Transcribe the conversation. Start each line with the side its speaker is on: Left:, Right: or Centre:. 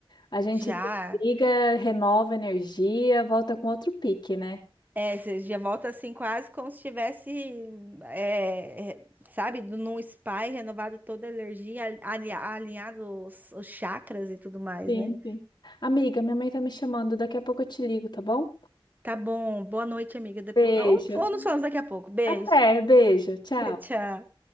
Left: A gente
Right: já.
Left: desliga, renova energia, volta com outro pique, né?
Right: É, você já volta assim, quase como se estivesse, é, é, sabe, num spa e renovado toda a energia, ali- alinhado os, os chakras e tudo mais,
Left: Sim,
Right: né?
Left: sim. Amiga, minha mãe tá me chamando. Daqui a pouco eu te ligo, tá bom?
Right: Tá bom. Boa noite, amiga. Depo-
Left: Beijo.
Right: Ou, ou nos falamos daqui a pouco. Beijo.
Left: Até, beijo. Tchau.
Right: <laughs> Tchau.